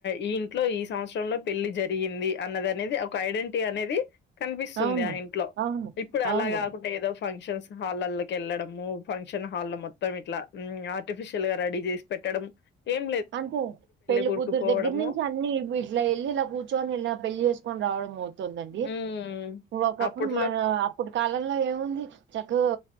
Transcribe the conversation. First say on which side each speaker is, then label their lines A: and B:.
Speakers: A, on the left; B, on the right.
A: ఈ ఇంట్లో ఈ సంవత్సరంలో పెళ్లి జరిగింది అన్నది అనేది ఒక ఐడెంటీ అనేది కనిపిస్తుంది
B: అవును
A: ఆ ఇంట్లో
B: అవును
A: ఇప్పుడు అలా
B: అవును
A: కాకుంటడా ఏదో ఫంక్షన్స్ హాల్లల్లోకి వెళ్లడము ఫంక్షన్ హాల్ మొత్తం ఇట్లా ఉమ్ ఆర్టిఫిషిల్ గా రెడీ చేసి పెట్ పెట్టడం ఏం
B: అంతే పెళ్లి
A: కొడుకు
B: కూతురు
A: పోవడము
B: దెగ్గర నుంచి అన్ని ఇప్ ఇట్లా వెళ్ళి ఇలా కూర్చొని ఇలా పెళ్లి చేసుకొని రావడం అవుత్ తుందండి
A: హ్మ్
B: ఒకప్పుడు
A: అప్పట్లో
B: మన అప్పుడు కాలంలో ఏముంది చక్కగా